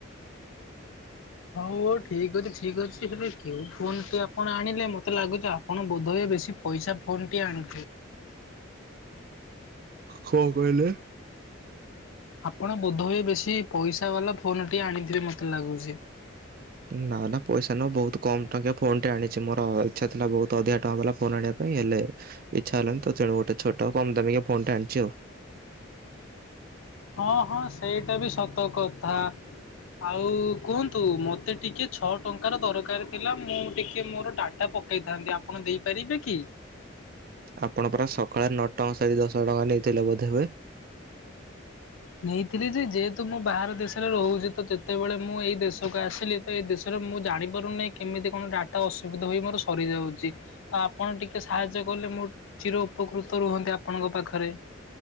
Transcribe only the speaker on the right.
କଣ କହିଲେ?
ନା ନା ପଇସା ନୁହଁ ବହୁତ କମ୍ ଟଙ୍କି ଫୋନଟେ ଆଣିଛି। ମୋର ଇଚ୍ଛା ଥିଲା ବହୁତ ଅଧିକା ଟଙ୍କା ବାଲା ଫୋନ୍ ଆଣିବା ପାଇଁ ହେଲେ ଇଛାଲାଣି ତଣୁ ଗୋଟ ଛୋଟ ଆ କମ ତମେ ଫୋ ଟେ ଆଣିଛି ଆଉ।
ଆପଣ ପରା ସକାଳେ ନଅ ଟଙ୍କା ସାରି ଦଶ ଟଙ୍କା ନେଇଥିଲେ ବୋଧେ ହୁଏ।